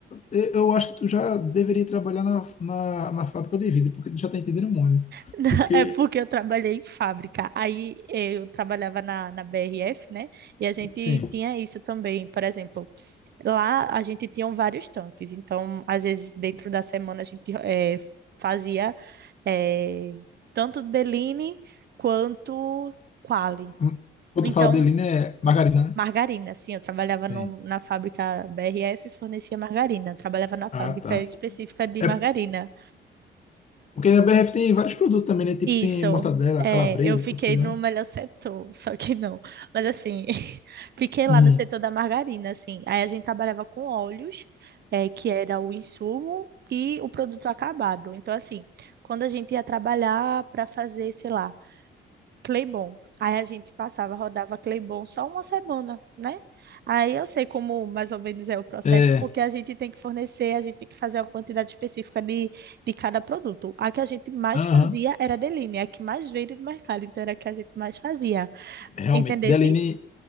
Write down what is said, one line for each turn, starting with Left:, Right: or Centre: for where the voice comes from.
Left: eu eu acho que tu já deveria trabalhar na, na, na fábrica de vidro, porque tu já tá entendendo muito. né?
Right: <laughs>
Left: Porque,
Right: É porque eu trabalhei em fábrica. Aí eu trabalhava na, na BRF, né? E a gente
Left: sim.
Right: tinha isso também. Por exemplo, Lá a gente tinha um vários tanques, então às vezes dentro da semana a gente eh, fazia eh, tanto Deline quanto Quali.
Left: Hum, Quando
Right: Então,
Left: tu fala dele, né? Margarina, né?
Right: margarina, sim, eu trabalhava
Left: Sim.
Right: no- na fábrica BRF e fornecia margarina, eu trabalhava na fábrica
Left: Ah, tá.
Right: específica de
Left: É
Right: margarina.
Left: porque a BRF tem vários produtos também, né? Tipo,
Right: Isso,
Left: tem mortadela,
Right: é,
Left: calabresa,
Right: eu fiquei
Left: essas coisas,
Right: no
Left: né?
Right: melhor setor, <laughs> só que não. Mas assim, <laughs> fiquei
Left: Uhum.
Right: lá no setor da margarina, assim. Aí a gente trabalhava com óleos, é, que era o insumo e o produto acabado. Então, assim, quando a gente ia trabalhar para fazer, sei lá, Claybon. Aí a gente passava, rodava Claybon só uma semana, né? Aí eu sei como mais ou menos é o processo,
Left: É.
Right: porque a gente tem que fornecer, a gente tem que fazer uma quantidade específica de, de cada produto. A que a gente mais
Left: Aham.
Right: fazia era a Deline, a que mais veio do mercado, então era a que a gente mais fazia.
Left: Realmente.
Right: Entendesse?
Left: Deline.